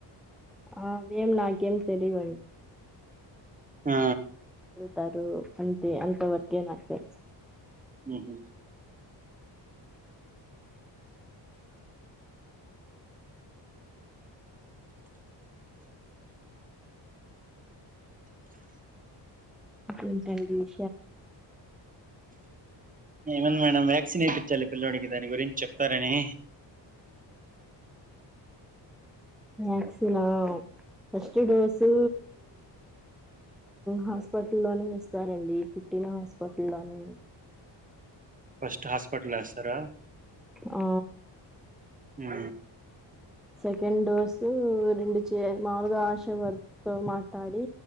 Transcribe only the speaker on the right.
ఆ
హుమ్ హు
ఏమంది మేడం వ్యాక్సిన్ వేయిించాలి పిల్లడికి దాని గురించి చెప్తారని
ఫస్ట్ హాస్పిటల్స్తారా
ఉ